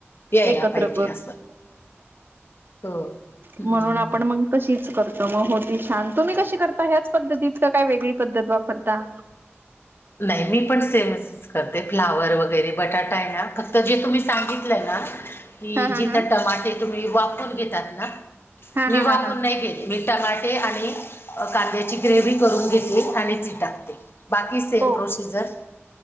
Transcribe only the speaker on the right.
एकत्र
म्हणून आपण म तच तर मग होती छान तुम्ही कशी करता ह्याच पद्धतीत का काय वेगळी पद्धत वापरता
हा हा
हा
हा
हा हा
हा
हो